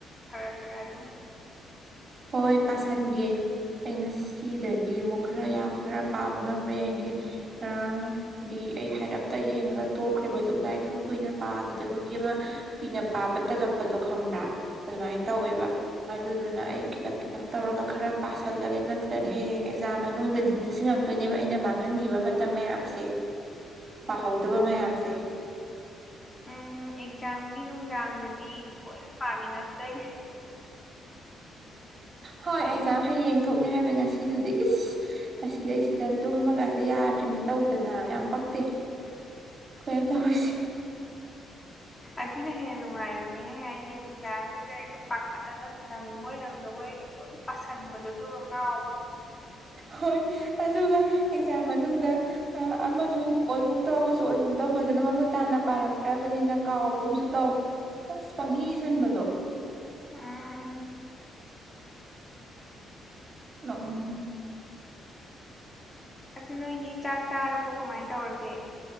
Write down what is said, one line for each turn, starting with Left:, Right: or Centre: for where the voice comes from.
Left: ꯈꯔ ꯈꯔ ꯑꯗꯨꯝ
Right: ꯍꯣꯏ ꯄꯥꯁꯟꯒꯦ ꯑꯩ ꯉꯁꯤꯗꯒꯤ ꯑꯃꯨꯛ ꯈꯔ ꯌꯥꯝ ꯈꯔ ꯄꯥꯕ ꯉꯝꯔꯦ ꯑꯩ ꯉꯔꯥꯡꯗꯤ ꯑꯩ ꯍꯥꯏꯔꯞꯇ ꯌꯦꯡꯉꯒ ꯇꯣꯛꯈ꯭ꯔꯤꯕ ꯑꯗꯨꯝ ꯗꯥꯏꯔꯤꯦꯛ ꯁꯨꯝ ꯀꯨꯏꯅ ꯄꯥꯈꯤꯗꯕꯒꯤ ꯑꯃ ꯀꯨꯏꯅ ꯄꯥꯕ ꯇꯜꯂꯛꯄꯗꯣ ꯈꯪꯕ꯭ꯔꯥ ꯑꯗꯨꯃꯥꯏꯅ ꯇꯧꯋꯦꯕ ꯑꯗꯨꯗꯨꯅ ꯑꯩ ꯈꯤꯇꯪ ꯈꯤꯇꯪ ꯇꯧꯔꯒ ꯈꯔ ꯄꯥꯁꯜꯂꯒꯦ ꯅꯠꯇ꯭ꯔꯗꯤ ꯍꯌꯦꯡ ꯑꯦꯛꯖꯥꯝ ꯃꯅꯨꯡꯗꯗꯤ ꯅꯤꯡꯁꯤꯡꯉꯛꯇꯣꯏꯅꯦꯕ ꯑꯩꯅ ꯃꯥꯡꯍꯟ ꯆꯤꯡꯈꯤꯕ ꯃꯇꯝ ꯃꯌꯥꯝꯁꯦ ꯄꯥꯍꯧꯗꯕ ꯃꯌꯥꯝꯁꯦ
Left: ꯎꯝ ꯑꯦꯛꯖꯥꯝꯒꯤ ꯅꯨꯡꯗꯥꯡꯗꯗꯤ ꯂꯣꯏꯅ ꯄꯥꯅꯤꯡꯉꯛꯇꯣꯏꯅꯦ
Right: ꯍꯣꯏ ꯑꯩꯖꯥꯝ ꯍꯌꯦꯡ ꯊꯣꯛꯅꯤ ꯍꯥꯏꯕ ꯉꯁꯤꯗꯨꯗꯤ ꯏꯁ ꯃꯁꯤꯗꯩꯁꯤꯗ ꯇꯨꯝꯃꯒꯁꯤꯦ ꯌꯥꯗ꯭ꯔꯤꯅꯤ ꯇꯧꯗꯅ ꯌꯥꯝ ꯄꯛꯇꯦ ꯑꯩꯈꯣꯏꯅ ꯇꯧꯔꯤꯁꯦ
Left: <inaudible> ꯑꯗꯨꯅ ꯍꯦꯟꯅ ꯅꯨꯡꯉꯥꯏꯕꯅꯦ ꯍꯥꯏꯗꯤ ꯅꯨꯡꯗꯥꯡꯗꯨꯗ ꯍꯦꯛ ꯄꯥꯈꯠꯂꯒ ꯅꯪꯕꯣꯏ ꯅꯪꯗꯕꯣꯏ ꯂꯣꯏ ꯄꯥꯁꯟꯕꯗ ꯑꯗꯨ ꯉꯥꯎꯕꯗꯣ
Right: ꯍꯣꯏ ꯑꯗꯨꯒ ꯑꯦꯛꯖꯥꯝ ꯃꯅꯨꯡꯗ ꯑꯃꯁꯨ ꯑꯣꯏꯒꯨꯝ ꯇꯧ ꯑꯃꯁꯨ ꯑꯣꯏꯒꯨꯝ ꯇꯧ ꯐꯖꯅ ꯃꯃꯨꯠ ꯇꯥꯅ ꯄꯥꯔꯛꯇ꯭ꯔꯦ ꯆꯠꯇ꯭ꯔꯕꯅꯤꯅ ꯀꯥꯎꯒꯨꯝꯁꯨ ꯇꯧ ꯑꯁ ꯄꯪꯏ ꯁꯟꯕꯗꯣ <inaudible>
Left: ꯎꯝ
Right: ꯅ‌ꯣꯛꯅꯤꯡꯉꯤ
Left: ꯑꯗꯨ ꯅꯣꯏꯒꯤ ꯆꯥꯛ ꯆꯥꯔꯕꯣ ꯀꯃꯥꯏ ꯇꯧꯔꯒꯦ